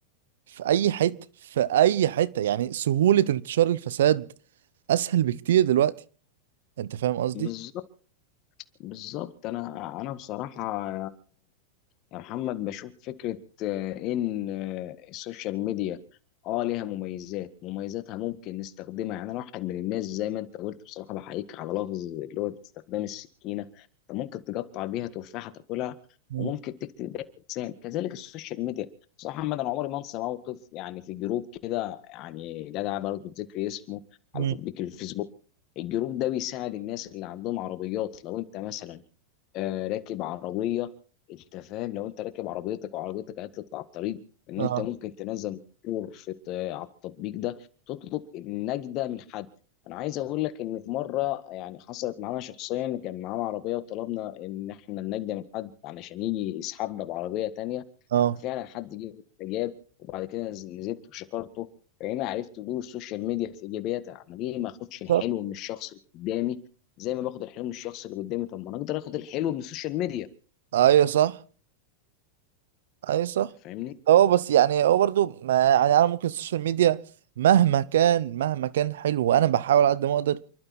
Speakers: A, on the right; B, on the left.
A: في اي حته في اي حته يعني سهوله انتشار الفساد اسهل بكتير دلوقتي انت فاهم قصدي
B: بالظبط بالظبط انا انا بصراحه يا محمد بشوف فكرة آه، إن آه، السوشيال ميديا آه ليها مميزات مميزاتها ممكن نستخدمها يعني أنا واحد من الناس زي ما أنت قلت بصراحة بحييك على لفظ اللي هو استخدام السكينة أنت ممكن تقطع بيها تفاحة تاكلها
A: مم.
B: وممكن تكتب بيها إنسان كذلك السوشيال ميديا بصراحة محمد أنا عمري ما أنسى موقف يعني في جروب كده يعني لا داعي برضه لذكر اسمه
A: مم.
B: على تطبيق الفيسبوك الجروب ده بيساعد الناس اللي عندهم عربيات لو انت مثلا آه راكب عربيه انت فاهم لو انت راكب عربيتك وعربيتك عطلت على الطريق ان
A: اه
B: انت ممكن تنزل مشهور في على التطبيق ده تطلب النجده من حد انا عايز اقول لك ان في مره يعني حصلت معانا شخصيا كان معانا عربيه وطلبنا ان احنا النجده من حد علشان يجي يسحبنا بعربيه تانية
A: اه
B: ففعلا حد جه جاب وبعد كده نز- نزلت وشكرته فهنا عرفت دور السوشيال ميديا في ايجابياتها عمال ايه ما اخدش الحلو
A: صح
B: من الشخص اللي قدامي زي ما باخد الحلو من الشخص اللي قدامي طب ما انا اقدر اخد الحلو من السوشيال ميديا
A: ايوه صح ايوه صح
B: انت فاهمني
A: هو بس يعني هو برضو ما يعني انا ممكن السوشيال ميديا مهما كان مهما كان حلو وانا بحاول على قد ما اقدر